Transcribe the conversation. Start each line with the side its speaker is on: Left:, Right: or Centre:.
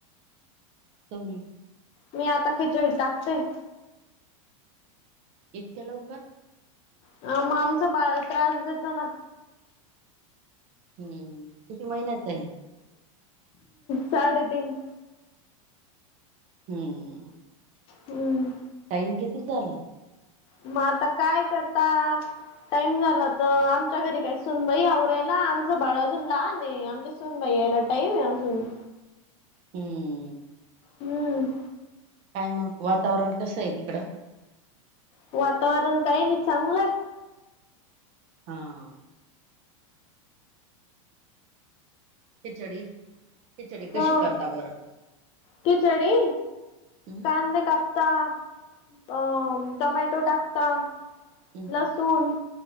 Right: समी
Left: मी आता खेचळी टाकतोय
Right: इथके लवकर?
Left: ह मग आमचं बाळ त्रास देतो ना.
Right: हम्म किती महिन्याचं आहे?
Left: साडे तीन.
Right: हम्म.
Left: हमं.
Right: टाइम किती झाला?
Left: मग आता काय करता? टाईम झाला तर आमच्या घरी काय सूनबाई हे आवरायला आमचं बाळ अजून ला नाही आमच्या सुनबाई यायला टाईम आहे अजून.
Right: हम्म.
Left: हम्म
Right: काय मग वातावरण कसं आहे तिकडं?
Left: वातावरण काय नाही चांगलं
Right: हा. खिचडी खिचडी कशी
Left: हो
Right: करता बरं
Left: खिचडी
Right: हम्म
Left: कांदा काप ता अ टमॅटो टाकता.
Right: हम्म
Left: लसूण